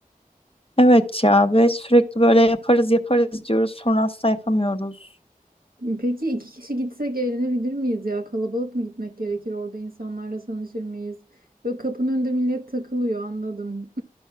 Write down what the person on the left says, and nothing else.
Evet ya ve sürekli böyle yaparız yaparız diyoruz sonra asla yapamıyoruz.